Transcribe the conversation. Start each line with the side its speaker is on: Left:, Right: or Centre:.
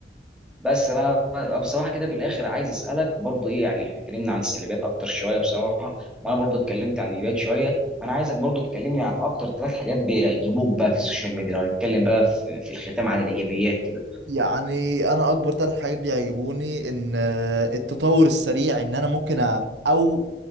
Centre: بس انا بصراحه كده في الاخر عايز اسالك برضو ايه يعني احنا اتكلمنا عن السلبيات اكتر شويه بصراحه وانا برضو اتكلمت عن الايجابيات شويه انا عايزك برضو تكلمني عن اكتر ثلاث حاجات بيعجبوك بقى في السوشيال ميديا لو هنتكلم بقى في, في الختام عن الايجابيات كده
Right: يعني انا اكبر ثلاث حاجات بيعجبوني ان آه، التطور السريع ان انا ممكن أ... او